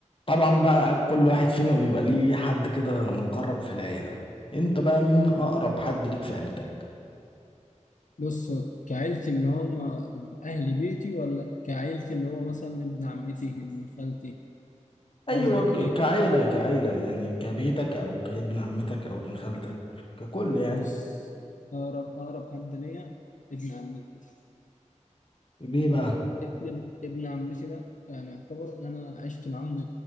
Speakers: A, on the left; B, on the left.
A: طبعا بقى كل واحد فينا بيبقى ليه حد كده مقرب في العيلة انت بقى مين اقرب حد ليك في عيلتك
B: بص كعيلتي اللي هم أهل بيتي ولا كعيلتي اللي هو مثلا ابن عمتي ابن خالتي
A: ايوه
B: قصدك
A: ك-
B: إيه؟
A: كعيلة كعيلة يعني كبيتك او كابن عمتك او ابن خالتك ككل يعني
B: بص أقرب أقرب حد ليا ابن عمتي
A: ليه بقى
B: ابن ابن عمتي ده يعني يعتبر أنا عشت معاه من